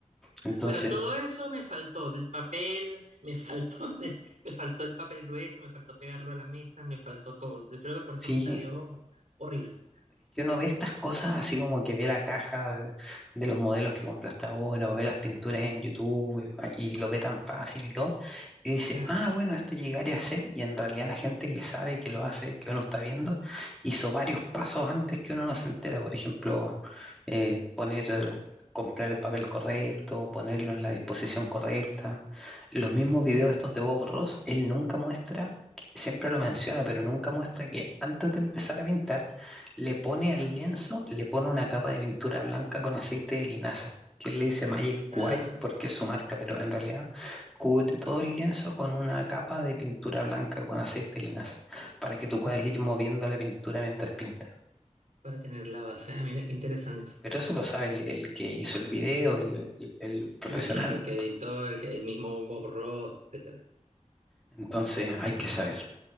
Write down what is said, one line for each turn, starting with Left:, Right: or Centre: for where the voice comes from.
Centre: Entonces,
Right: Bueno, todo eso me faltó, el papel, me faltó, <laughs> me faltó el papel grueso, me faltó pegarlo a la mesa, me faltó todo. Yo creo que por
Centre: sí,
Right: eso me salió horrible.
Centre: que uno ve estas cosas así como que ve la caja de, de los modelos que compra hasta ahora, o ve las pinturas en YouTube y, ah, y lo ve tan fácil y todo, y dice,
Right: Claro.
Centre: ah, bueno, esto llegaría a ser, y en realidad la gente que sabe que lo hace, que uno está viendo, hizo varios pasos antes que uno no se entera, por ejemplo, eh, poner, comprar el papel correcto, ponerlo en la disposición correcta. Los mismos videos estos de Bob Ross, él nunca muestra que- siempre lo menciona, pero nunca muestra que antes de empezar a pintar, le pone al lienzo, le pone una capa de pintura blanca con aceite de linaza, que él le dice Magic White
Right: Ah,
Centre: porque es su marca, pero en realidad cubre todo el lienzo con una capa de pintura blanca con aceite de linaza, para que tú
Right: claro,
Centre: puedas ir moviendo la pintura mientras pintas.
Right: para tener la base. Ah, mira qué interesante.
Centre: Pero eso lo sabe el, el que hizo el video, el, el- el profesional.
Right: Mm, Claro, el que editó, el que el mismo Bob Ross, etcétera.
Centre: Entonces
Right: Claro,
Centre: hay que saber.